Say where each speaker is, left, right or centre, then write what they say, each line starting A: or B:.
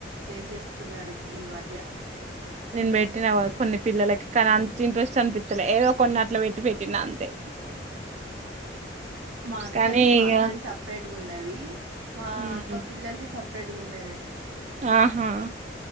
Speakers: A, on the right; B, on the right.
A: చేసేస్తున్నారు ఇప్ ఈ మధ్య
B: నేను పెట్టినా కొన్ని పిల్లలకి కానీ
A: ఉమ్.
B: అంత ఇంట్రెస్ట్ అనిపిత్తలే ఏదో కొన్ని అట్లో పెట్టి పెట్టినా అంతే
A: మా అక్కది
B: కానీ
A: మా
B: ఇగ
A: అక్కది సెప్రటేగా ఉన్నది మా
B: ఉమ్
A: అక్క పిల్లల్దీ సప్ సెపరేట్ గున్నేది
B: ఆహా